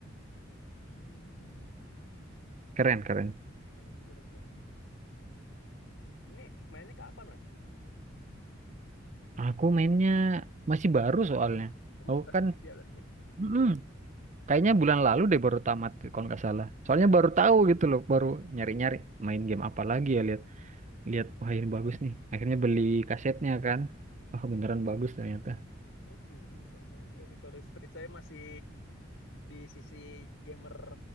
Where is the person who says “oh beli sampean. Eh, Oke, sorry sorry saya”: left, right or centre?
Left